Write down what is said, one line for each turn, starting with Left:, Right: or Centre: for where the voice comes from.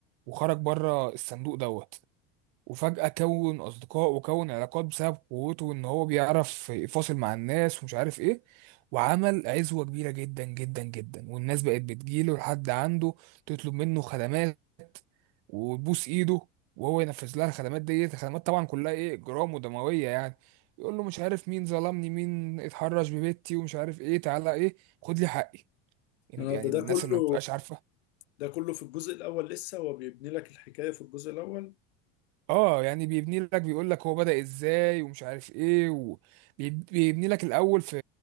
Right: وخرج بره الصندوق دوت وفجأة كون أصدقاء وكون علاقات بسبب قوته إن هو بيعرف يفاصل مع الناس ومش عارف إيه وعمل عزوة كبيرة جدا جدا جدا والناس بقت بتجيله لحد عنده تطلب منه خدمات وتبوس إيده وهو ينفذ لها الخدمات ديت الخدمات طبعا كلها إيه إجرام ودموية يعني يقول له مش عارف مين ظلمني مين اتحرش ببيتي ومش عارف إيه تعالى إيه خد لي حقي يعني
Left: انا ده
Right: الناس
Left: ده كله
Right: اللي ما بتبقاش عارفه
Left: ده كله في الجزء الاول لسه هو بيبني لك الحكاية في الجزء الاول
Right: اه يعني بيبني لك بيقول لك هو بدأ ازاي ومش عارف ايه وبيبني لك الاول في